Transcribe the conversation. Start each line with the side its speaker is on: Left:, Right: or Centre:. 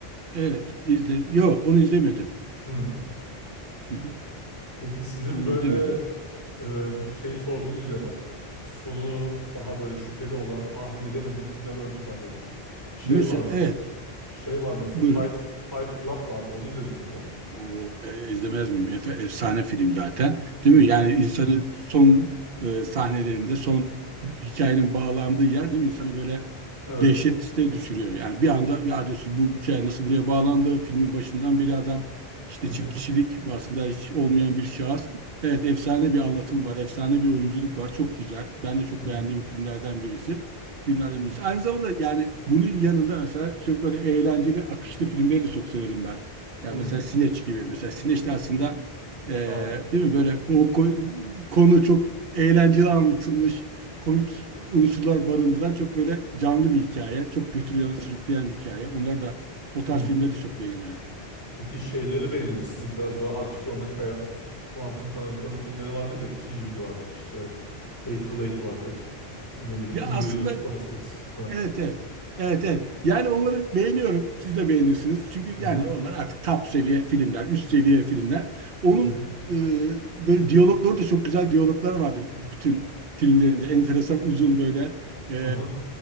Right: Evet, izle. Yok, onu izlemedim.
Left: Hmm.
Right: Hı hı.
Left: Peki sizin
Right: Onu
Left: böyle
Right: izlemedim.
Left: e, şey sordunuz ya bana. İşte sonu daha böyle şüpheli olan, tahmin edemediğim filmler ön plandadır. Şey
Right: Mesela
Left: var mı?
Right: evet,
Left: Şey var mı? mesela
Right: buyurun.
Left: Fight Fight Club vardı. Onu izlediniz mi?
Right: O e, izlemez miyim? Efe, efsane film zaten. Değil
Left: Hı hı.
Right: mi? Yani insanı son e, sahnelerinde, son hikayenin bağlandığı yer değil mi? İnsanı böyle
Left: Evet.
Right: dehşete düşürüyor. Yani bir anda ya diyorsun bu hikaye nasıl buraya bağlandı? Filmin başından beri adam işte
Left: Hı hı.
Right: çift kişilik ve aslında hiç olmayan bir şahıs. Evet efsane bir anlatım var, efsane bir oyunculuk var. Çok güzel. Ben de çok
Left: Hı hı.
Right: beğendiğim filmlerden birisi. Filmlerden
Left: Hı.
Right: birisi. Aynı zamanda yani bunun yanında mesela çok böyle eğlenceli, akışlı filmleri de çok severim ben. Yani
Left: Hı.
Right: mesela Sineç gibi. Mesela Sineç de aslında e,
Left: Aa.
Right: değil mi böyle o ko- konu çok eğlenceli anlatılmış komik unsurlar barındıran çok böyle canlı bir hikaye. Çok götürüyor, sürükleyen bir hikaye. onlar da o tarz
Left: Hı.
Right: filmleri de çok beğenirim.
Left: Peki şeyleri beğenir misiniz? Biraz daha aksiyona kayan Quentin Tarantino'nun filmleri vardır ya. Kill Bill vardır işte. Hateful Eight vardır. Bu ne bileyim.
Right: Ya
Left: Inglourious
Right: aslında
Left: Basterds. Ha.
Right: evet evet. Evet evet. Yani onları beğeniyorum. Siz de beğenirsiniz. Çünkü
Left: Hı hı.
Right: yani onlar artık top seviye filmler, üst seviye filmler. Onun
Left: Hı hı.
Right: e, böyle diyalogları da çok güzel diyalogları vardır bütün filmlerinde. Enteresan uzun böyle e,
Left: Hı hı.